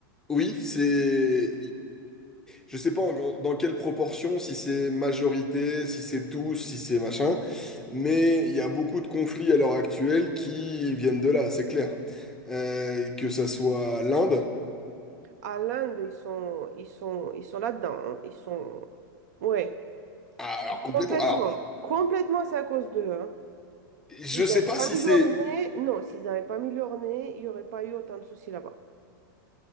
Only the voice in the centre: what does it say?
Oui, c'est. Je sais pas en- dans quelle proportion, si c'est majorité, si c'est tous, si c'est machin, mais il y a beaucoup de conflits à l'heure actuelle qui viennent de là, c'est clair. Euh, que ça soit l'Inde,
ah, alors
complètement. Alors,
je
sais pas
si
c'est,